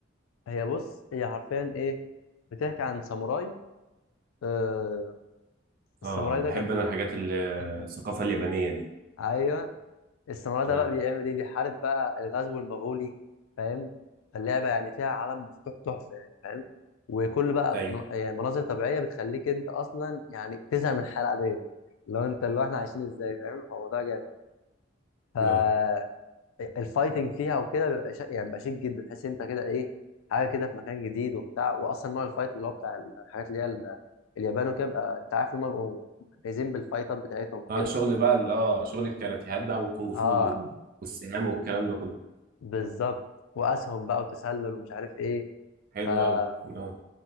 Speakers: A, on the left; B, on the right.
A: هي بص هي حرفيا ايه بتحكي عن ساموراي آه الساموراي
B: اه بحب
A: ده كان بي...
B: انا الحاجات ال- آه،
A: <laughs>
B: الثقافة اليابانية دي
A: ايوه الساموراي ده
B: نعم
A: بقى بيعمل ايه بيحارب بقى الغزو المغولي فاهم فاللعبه يعني فيها عالم مفتوح تحفه يعني فاهم وكل بقى
B: ايوه
A: م- يعني مناظر طبيعيه بتخليك انت اصلا يعني تزهق من الحياه العاديه لو انت اللي هو احنا عايشين ازاي فاهم فالموضوع جامد
B: نعم
A: الفايتنج فيها وكده بيبقى شا... يعني بيبقى شيك جدا تحس انت كده ايه حاجه كده في مكان جديد وبتاع واصلا نوع الفايت اللي هو بتاع الحاجات اللي هي ال- اليابان وكده بيبقى انت عارف ان هم بيبقوا جايزين بالفايتات بتاعتهم وكده
B: اه شغل بقى ال- اه شغل الكاراتيهات بقى والكونغ
A: اه
B: فو وال- والسهام والكلام ده كله
A: بالظبط واسهم بقى وتسلل ومش عارف ايه
B: حلو
A: فمع
B: قوي اه